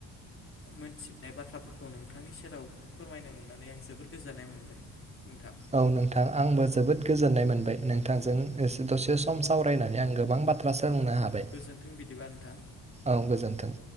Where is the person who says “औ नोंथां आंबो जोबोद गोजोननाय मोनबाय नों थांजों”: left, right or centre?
Right